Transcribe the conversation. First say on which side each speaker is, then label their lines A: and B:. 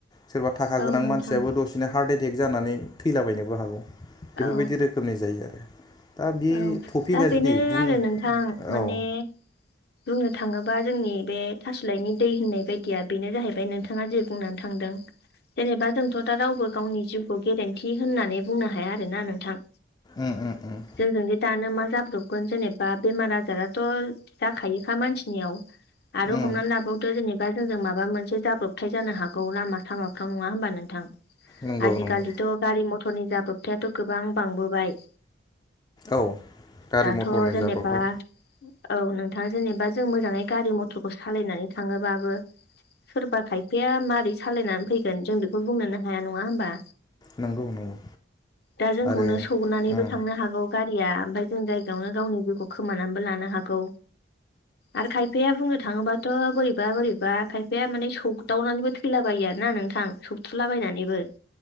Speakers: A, on the left; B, on the left.
A: सोरबा थाखा
B: औ
A: गोनां
B: नोंथां
A: सानसियाबो दसे नो हार्ट एटेक जानानै थैला बायनोबो हागौ
B: औ
A: बेफोरबायदि रोखोमनि जायो आरो। दा बे
B: औ
A: टपिकआ
B: दा बेनो
A: जुदि बुंनो
B: आरो नोंथां माने
A: ओ औ।
B: बुंनो थाङोबा जोंनि बे थासलाइनि दै होननाय बायदिया बेनो जाहैबाय नोंथाङा जे बुंनानै थांदों। जेनेबा जोंथ दा रावबो गावनि जिउखौ गेरेन्थि होननानै बुंनो हाया आरोना नोंथां।
A: उम उम उम।
B: जोंजों दि दानो मा जाब्रबगोन जेनेबा बेमार आजाराथ' जाखायोखा मानसिनियाव, आरो
A: उम
B: हमनानै लाबाव थ' जेनेबा जोंजों माबा मोनसे जाब्रबथाय जानो हागौ लामा सामाफ्राव नङा होमबा नोंथां?
A: नंगौ
B: आजिखालिथ'
A: नंगौ
B: गारि मथरनि जाब्रोबथायाथ गोबां बांबोबाय।
A: औ गारि
B: दाथ'
A: मथरनि
B: जेनेबा
A: जाब्रबथाय
B: औ नोंथां जेनेबा जों मोजाङै मथरखौ सालायनानै थाङोबाबो सोरबा खायफाया मारै सालायनानै फैगोन जों बेखौ बुंनोनो हाया नङा होमबा?
A: नंगौ नंगौ
B: दा जोंखौनो
A: आरो
B: सौनानैबो
A: उम
B: थांनो हागौ। गारिया ओमफ्राय जों जायगायावनो गावनि जिउखौ खोमानानैबो लानो हा गौ आरो खायफाया बुंनो थाङोबाथ' बोरैबा बोरैबा खायफाया माने सौ दावनानैबो थैलाबायो आरोना नोंथां सौथुलाबायनानैबो